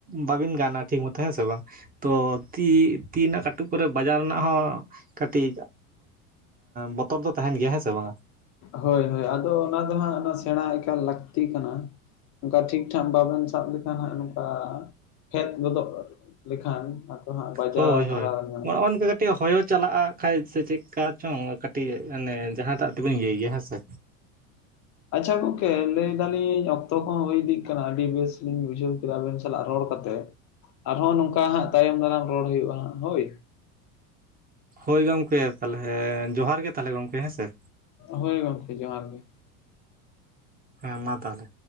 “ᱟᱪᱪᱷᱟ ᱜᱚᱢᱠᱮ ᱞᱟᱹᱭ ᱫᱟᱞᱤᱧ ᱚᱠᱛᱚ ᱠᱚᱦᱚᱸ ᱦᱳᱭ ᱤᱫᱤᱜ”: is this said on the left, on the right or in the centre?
Left